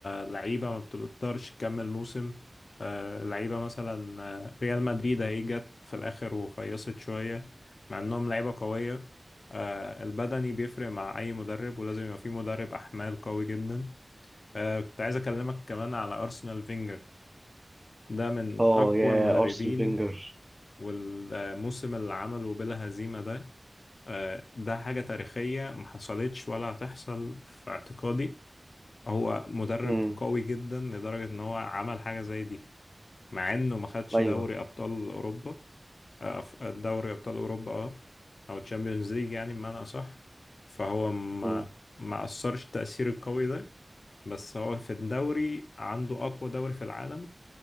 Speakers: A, on the left (about 85°); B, on the right (about 15°).
A: لعيبة ما بتقدرش تكمل موسم آه، لعيبة مثلا آه، ريال مدريد هي جت في الآخر وفيصت شوية مع انهم لعيبة قوية آه، البدني بيفرق مع أي مدرب ولازم يبقى في مدرب أحمال قوي جدا آه، كنت عايز أكلمك كمان على أرسنال فينجر ده من
B: أه
A: أقوى
B: يا
A: المدربين
B: أرسن فينجر
A: والموسم اللي عمله بلا هزيمة ده آه، ده حاجة تاريخية محصلتش ولا هتحصل في اعتقادي هو مدرب
B: أمم
A: قوي جدا لدرجة ان هو عمل حاجة زي دي مع انه ما خدش
B: أيوه
A: دوري ابطال اوروبا آه، أف- دوري ابطال اوروبا اه او تشامبيونز ليج يعني بمعنى اصح فهو ما
B: أمم
A: ما اثرش التأثير القوي ده بس هو في الدوري عنده اقوى دوري في العالم